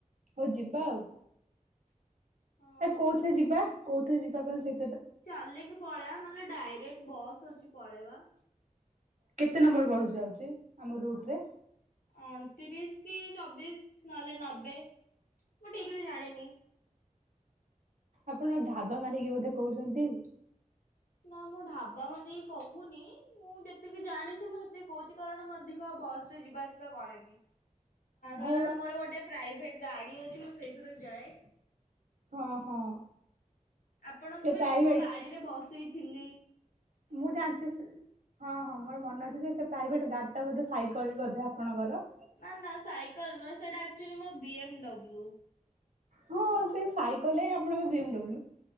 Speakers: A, on the right (about 65°); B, on the left (about 80°).
A: ହଉ ଯିବା ଆଉ।
B: ହଁ
A: ଆ କୋଉଥିରେ ଯିବା। କୋଉଥିରେ ଯିବା ପାଇଁ ସେ
B: ଚାଲିକି ପଳଆ ନହେଲେ ଡାଇରେକ୍ଟ ବସ୍ ଅଛି ପଳେଇବା।
A: କେତେ ନମ୍ବର ବସ୍ ଯାଉଛି ଆମ ରୁଟରେ।
B: ଅଣତିରିଶ କି ଚବିଶ ନହେଲେ ନବେ ମୁଁ ଟିକ ଜାଣ ନିି
A: ଆପଣ ଢାବା ମାରିକି ବୋଧେ କହୁଛନ୍ତି?
B: ନା ମୁଁ ଢାବା ମାରିକି କହୁନି ମୁଁ ଯେତିକି ଜାଣିଛି ମୁଁ ସେତିକି କହୁଛି। କାରଣ ମୁଁ ଅଧିକ ଆଉ ବସ ରେ ଯିବା ଆସିବା କରେନି।
A: ହଉ
B: କାରଣ ମୋର ଗୋଟେ ପ୍ରାଇଭେଟ ଗାଡି ଅଛି ମୁଁ ସେଇଥିରେ ଯାଏ।
A: ହଁ ହଁ।
B: ଆପଣଙ୍କୁ
A: ସେ
B: ବି
A: ପ୍ରାଇଭେଟ
B: ମୁଁ ମୋ ଗାଡିରେ ବସେଇ ଥିଲି।
A: ମୁଁ ଜାଣିଛି ହଁ ହଁ ମୋର ମନ ଅଛି ଯେ ସେ ପ୍ରାଇଭେଟ୍ ଗାଡି ଟା ବୋଧେ ସାଇକଲ ବୋଧେ ଆପଣଙ୍କର
B: ନା ନା ସାଇକେଲ ନୁହଁ ସେଇଟ ଆଚ୍ୟୁଲି ବିଏମଡବ୍ଲୁ।
A: ହଁ ସେ ସାଇକେଲ ହଁ ଆପଣଙ୍କ ବିଏମଡ଼ବ୍ଲୁ।